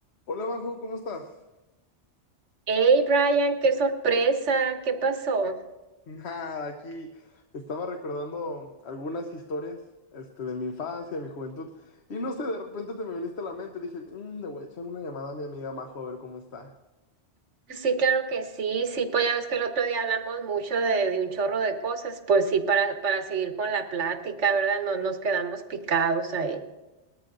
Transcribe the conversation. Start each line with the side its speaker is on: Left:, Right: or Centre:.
Left: Hola, Bajo, ¿cómo estás?
Right: Hey Brian, qué sorpresa, ¿qué pasó?
Left: <laughs> Nada, aquí estaba recordando algunas historias, este, de mi infancia, de mi juventud, y no sé, de repente te me viniste a la mente, dije, "Mm, le voy a echar una llamada a mi amiga Majo a ver cómo está.
Right: Sí, claro que sí, sí, pues ya ves que el otro día hablamos mucho de, de un chorro de cosas, pues sí, para, para seguir con la plática, ¿verdad? No nos quedamos picados ahí.